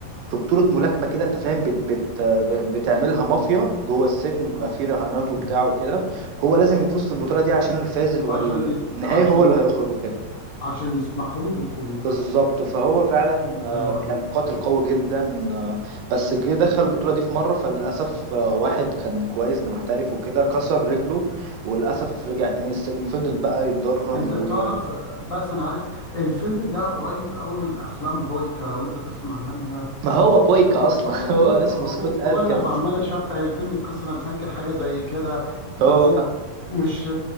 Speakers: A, on the right; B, on the left.
A: في بطولة ملاكمة كده انت فاهم بت بت بتعملها مافيا جوه السجن وبيبقى فيه رهانات
B: مهم.
A: وبتاع وكده هو لازم يفوز في البطولة دي عشان الفاز الو...
B: عشان
A: ال-
B: ي-
A: النهائي
B: عشان
A: هو اللي
B: يسم...
A: هيخرج وكده
B: عشان يسمحوا له بالخروج
A: بالظبط فهو فعلا آه،
B: حلو قوي
A: كان مقاتل قوي جدا آه، بس جه دخل البطولة دي في مرة فللأسف آه، واحد كان كويس محترف وكده كسر رجله وللأسف رجع تاني السجن فضل بقى يتدرب
B: انت
A: ويعني
B: تعرف بس انا عرفت الفيلم ده قريب قوي من افلام بويكا لو انت تسمع عنها
A: ما هو بويكا أصلا
B: هو
A: <laughs> هو
B: بويكا
A: اسمه
B: اه
A: سكوت
B: والله
A: أدكنز
B: انا بعمل اشبه الفيلم القصه انا فاكر حاجه زي كده
A: هو
B: بس مش